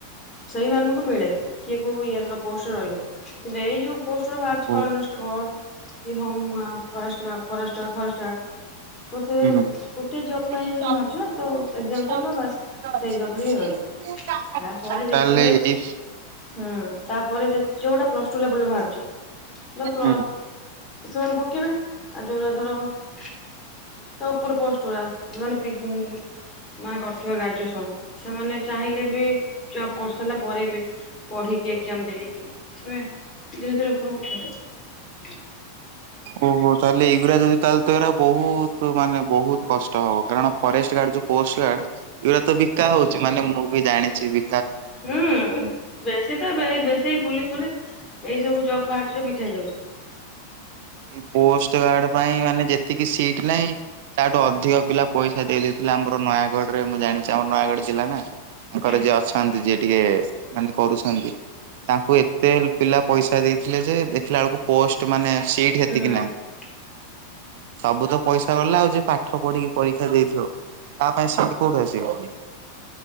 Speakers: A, on the left; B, on the right.
A: ସେଇମାନଙ୍କୁ ମିଳେ କିଏ କୋଉ ଇଏ ପୋଷ୍ଟରେ ରହିବ କିନ୍ତୁ ଏଇ ଯୋଉ ପୋଷ୍ଟରେ ବାହାରିଛି
B: ହୁଁ
A: କନଷ୍ଟେବଳ କି ହଁ ମୁଁ ଆଉ ପରେଷ୍ଟର୍ ଫରେଷ୍ଟର୍ ଫରେଷ୍ଟର୍ ତ ସେ
B: ହୁଁ।
A: ଗୋଟେ ଜବ୍
B: ତାହେଲେ
A: ପାଇଁ ବାହାରୁଛି ନାମ ଏକ୍ଜାମ୍ ଦେଲ ବାସ୍ ସେଇ ଜବ୍ ରେ ହିଁ ରହିଲେ ତାପରେ ଯଦି ତୁମେ
B: ଏଇ
A: ହୁଁ ତାପରେ ଯ ଯୋଉଟା ପ୍ଲସ୍ ଟୁ ସରିଲା ପରେ ବାହାରୁଛି ଧର ପ୍ଲ
B: ହୁଁ।
A: ସେମାନେ ପ ପକେଇବେ ଆଉ ଯୋଉଗୁରା ଧର ତା ଉପର ପୋଷ୍ଟ୍ ଗୁରା ମାନେ ପି ମାନେ କରିଥିବ ଗ୍ରାଜୁଏସନ୍ ସେମାନେ ଚାହିଁଲେ ବି ଜବ୍ କରିସାରିଲା ପରେ ବି ପଢିକି ଏକ୍ଜାମ୍ ଦେଇକି ମାନେ ଧୀରେ ଧୀରେ ଉପରକୁ ଉଠି ପାରିବ।
B: ଓହୋ ତାହେଲେ ଏଇଗୁରା ଯଦି ତାହେଲେ ତ ଏଗୁରା ବହୁତ ମାନେ ବହୁତ କଷ୍ଟ ହବ କାରଣ ଫରେଷ୍ଟ୍ ଗାର୍ଡ ଯୋଉ ପୋଷ୍ଟ୍ ଗାର୍ଡ ଏଗୁଡା ତ ବି ଏକା ହଉଛି ମାନେ ମୁଁ ବି ଜାଣିଛ ବି
A: ହୁଁ ବେଶୀ ତ ଏଇ ବେଶୀ ପୁଲିସ୍ ଫୁଲିସ୍ ଏଇ ସବୁ ଜବ୍ ବାହାରୁଛି ଯୋଉ ସୁବିଧା ହେଇ ଯାଉଛି।
B: ଏଇ ପୋଷ୍ଟ୍ ଗାର୍ଡ ପାଇଁ ମାନେ ଯେତିକି ସିଟ୍ ନାହିଁ ତାଠୁ ଅଧିକ ପିଲା ପଇସା ଦେଇ ଦେଇଥିଲେ ଆମର ନୟାଗଡରେ ମୁଁ ଜାଣିଛି ଆମର ନୟାଗଡ ଜିଲ୍ଲା ନା। ତାଙ୍କର
A: ହୁଁ
B: ଯିଏ ଅଛନ୍ତି ଯିଏ ଟିକେ ମାନେ କରୁଛନ୍ତି? ତାଙ୍କୁ ଏତେ ପିଲା ପଇସା ଦେଇଥିଲେ, ଯେ ଦେଖିଲା ବେଳକୁ ପୋଷ୍ଟ ମାନେ ହେତିକି
A: ହୁଁ ହୁଁ
B: ନାହିଁ, ସବୁ ତ ପଇସା ଗଲା, ଆଉ ଯେ ପାଠ ପଢ଼ିକି ପରୀକ୍ଷା ଦେଇଥିବ, ତା ପାଇଁ ସିଟି କୋଉଠୁ ଆସିବ? <inaudible>